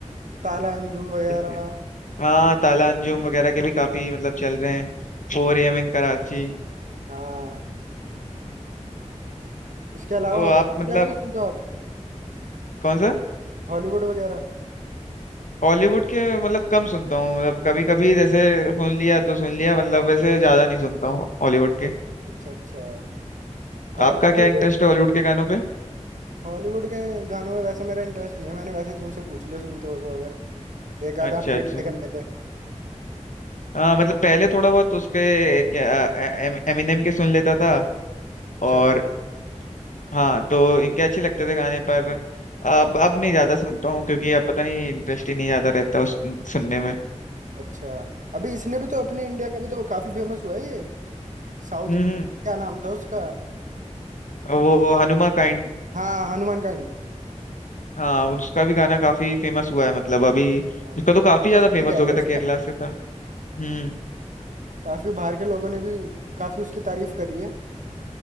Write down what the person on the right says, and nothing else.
ताला अंजुम वगैरह
हाँ इसके अलावा
हॉलीवुड
वगैरह भी सुनते हो आप
हॉलीवुड वगैरह
अच्छा अच्छा और
फेवरेट
हॉलीवुड के गानों में वैसे मेरा इंटरेस्ट नहीं है मैंने वैसे ही तुमसे पूछ लिया सुनते हो तो अगर एक आधा
हम भी
ट्राई कर लेते हैं
चल
अच्छा अभी इसने भी तो अपने इंडिया का भी तो काफी फेमस हुआ है ये साउथ
का क्या नाम था उसका
हाँ हनुमान काइंड
हाँ
इंटरेस्टिंग
है
उसका
काफी बाहर के लोगों ने भी काफी उसकी तारीफ करी है